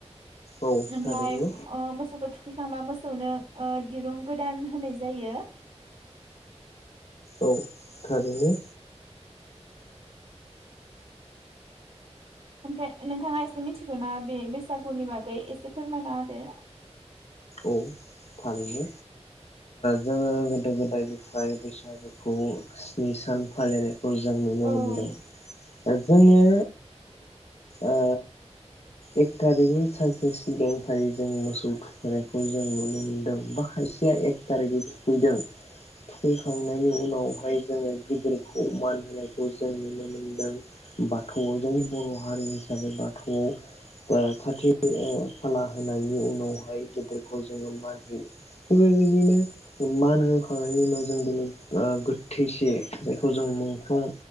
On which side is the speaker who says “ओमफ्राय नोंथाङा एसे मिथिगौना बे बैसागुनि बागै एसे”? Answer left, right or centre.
Right